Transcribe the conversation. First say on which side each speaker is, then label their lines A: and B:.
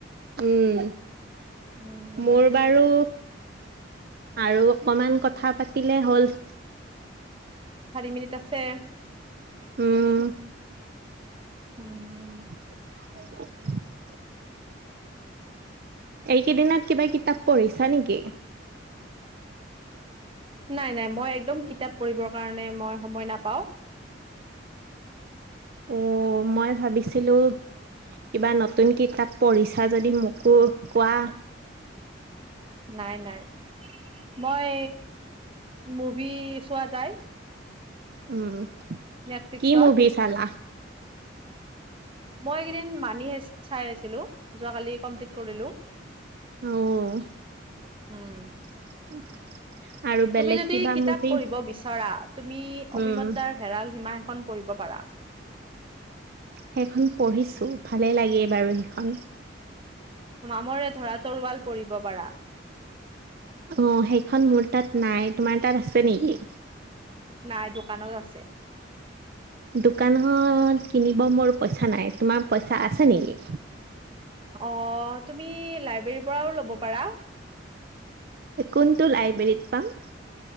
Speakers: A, on the right; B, on the right.
A: উম,
B: উম
A: মোৰ বাৰু, আৰু অকমান কথা পাতিলে হ'ল।
B: চাৰি মিনিট আছে।
A: উম।
B: উম।
A: <inaudible> এইকিদিনত কিবা কিতাপ পঢ়িছা নেকি?
B: নাই, নাই, মই একদম কিতাপ পঢ়িবৰ কাৰণে মই সময় নাপাওঁ।
A: অ', মই ভাবিছিলোঁ কিবা নতুন কিতাপ পঢ়িছা যদি মোকো কোৱা।
B: নাই, নাই, মই <unintelligible> চোৱা যায়।
A: উম,
B: নেটফ্লিক্সত
A: কি মুভি ছালা?
B: মই এইকেদিন <unintelligible> চাই আছিলোঁ, যোৱা কালি কমপ্লিট কৰিলোঁ।
A: উম।
B: উম।
A: <inaudible> বেলেগ
B: তুমি যদি
A: কিবা
B: কিতাপ
A: মুভি
B: পঢ়িব বিচৰা, তুমি
A: উম,
B: অসীমত যাৰ হেৰাল সীমা এখন পঢ়িব পাৰা।
A: সেইখন পঢ়িছোঁ, ভালেই লাগে বাৰু সেইখন।
B: মামৰে ধৰা তৰোৱাল পঢ়িব পাৰা।
A: অ', সেইখন মোৰ তাত নাই, তোমাৰ তাত আছে নেকি?
B: নাই, দোকানত আছে।
A: দোকানখন কিনিব মোৰ পইচা নাই, তোমাৰ পইচা আছে নেকি?
B: অ', তুমি লাইব্ৰেৰীৰ পৰাও ল'ব পাৰা।
A: কোনটো লাইব্ৰেৰীত পাম?